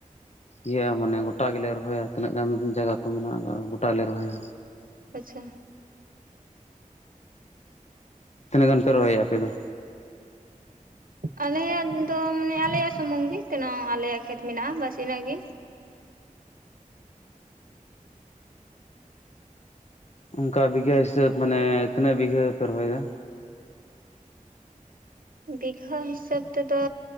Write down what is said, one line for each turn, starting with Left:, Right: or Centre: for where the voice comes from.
Left: ᱤᱭᱟᱹ ᱟᱱᱮ ᱜᱚᱴᱟ ᱜᱮᱞᱮ ᱨᱚᱦᱚᱭᱟ᱾ ᱛᱤᱱᱟᱹᱜ ᱜᱟᱱ ᱡᱟᱭᱜᱟ ᱠᱚ ᱢᱮᱱᱟᱜᱼᱟ, ᱜᱚᱴᱟ ᱜᱮᱞᱮ ᱨᱚᱦᱚᱭᱟ᱾
Right: ᱟᱪᱪᱷᱟ
Left: ᱛᱤᱱᱟᱹᱜ ᱜᱟᱱ ᱯᱮ ᱨᱚᱦᱚᱭᱟ ᱟᱯᱮ ᱫᱚ?
Right: ᱟᱞᱮᱭᱟᱜ ᱫᱚ ᱢᱟᱱᱮ ᱟᱞᱮᱭᱟᱜ ᱥᱩᱢᱩᱝ ᱜᱮ ᱠᱟᱱᱟ ᱟᱞᱮᱭᱟᱜ ᱠᱷᱮᱛ ᱢᱮᱱᱟᱜᱼᱟ ᱵᱟᱥ ᱤᱱᱟᱹᱜ ᱜᱮ
Left: ᱚᱱᱠᱟ ᱵᱤᱜᱷᱟᱹ ᱦᱤᱥᱟᱹᱵᱽ ᱢᱟᱱᱮ ᱛᱤᱱᱟᱹᱜ ᱵᱤᱜᱷᱟᱹ ᱯᱮ ᱨᱚᱦᱚᱭᱟ?
Right: ᱵᱤᱜᱷᱟᱹ ᱦᱤᱥᱟᱹᱵᱽ ᱛᱮᱫᱚ